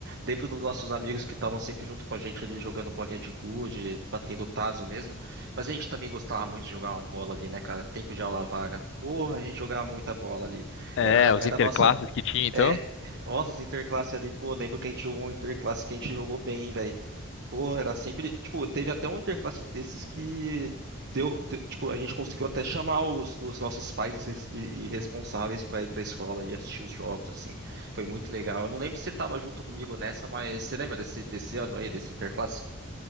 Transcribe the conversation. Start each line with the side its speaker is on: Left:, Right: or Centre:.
Right: lembro dos nossos amigos que estavam sempre junto com a gente ali jogando bolinha de gude, batendo tazo mesmo. Mas a gente também gostava muito de jogar uma bola ali, né, cara? Tempo de aula vaga. Porra, a gente jogava muita bola ali.
Left: É,
Right: Era
Left: os
Right: era
Left: interclasses
Right: a nossa
Left: que tinha, então.
Right: é, nossa, os interclasse ali, pô, lembro que a gente jogou um interclasse que a gente jogou bem, hein, velho. Pô, era sempre. Tipo, teve até um interclasses desses que deu. te- Tipo, a gente conseguiu até chamar os, os nossos pais res- e, e responsáveis pra ir pra escola e assistir os jogos, assim. Foi muito legal. Eu não lembro se você tava junto comigo nessa, mas você lembra desse, desse ano aí, desse interclasse?